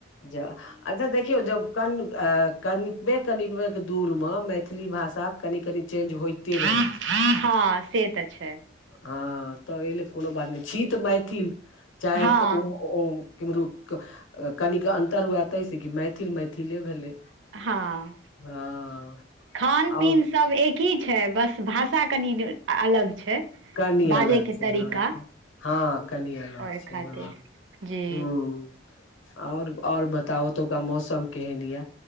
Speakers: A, on the left; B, on the right.
A: जा अच्छा देखियौ जब कन कनिकबे कनिकबेक दूरमे मैथिली भाषाक कनी कनी चेंज होइते
B: हँ
A: रहै छै
B: से तऽ छै
A: हँ तऽ एहिल कोनो बात नहि छी तऽ मैथिल चाहे
B: हँ
A: ओ ओ केमहरु कनिक अन्तर हुए तै से कि मैथिल मैथिले भेलै
B: हँ
A: हँ
B: खान
A: आओर
B: पीन सब एकहि छै बस भाषा कनि अलग छै
A: कनि
B: बाजै
A: अलग
B: के
A: छै
B: तरीका
A: हँ हँ कनि अलग
B: ओहि
A: छै
B: खातिर
A: हँ
B: जी
A: हूँ आओर और बताओ ओतुका मौसम केहन यऽ